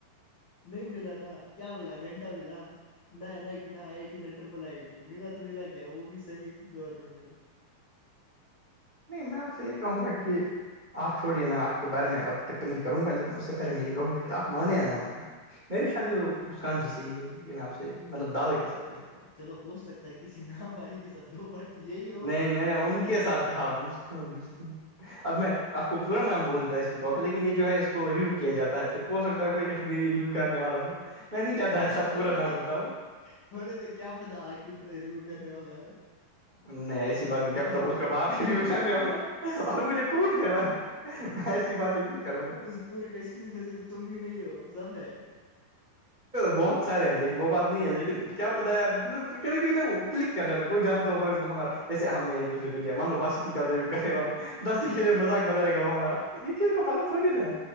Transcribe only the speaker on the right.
نہیں میں آپ سے یہی کہوں گا کہ آپ چھویے میں آپ کے بارے میں اب ٹپنی کروں گا لیکن اس سے پہلے میں یہ کہوں گا کہ آپ مانیں یا نہ مانے میری شادی تو مسکان جی سے ہی ہوگی یہ میں آپ سے مطلب دعوے کے ساتھ کہہ سکتا ہوں
نہیں میں نے ان کے ساتھ کہا مسکان اب میں آپ کو پا نام بول دیتا اس پ کال پہ لیکن یہ جو ہے اس کو ریویو کیا جاتا ہے پھر ہو سکتا ہے کوئی کشمیری ریویو کرنے والا ہو میں نہیں چاہتا ایسا پورا
نام
بتاؤں
نہیں ایسی بات نہیں کیا پتا اس کا باپ ہی ر کرنے والا اور مجھے کوٹ دے بھائی میں ایسی باتیں کیوں کروں گا
بہت سارے ہیں لیکن وہ بات نہیں ہے لیکن کیا پتا یار کبھی کوئی نہا وہ کلک کر جاتا کوئی جانتا ہو ہمارا جسے ہم نے ایک دوسرے کو د مانو باشتیلی کرے والو دس دن
کے لیے مذاق بنائے گا وہ ہمارا یہ کز کو پتہ تھوڑی نا ہے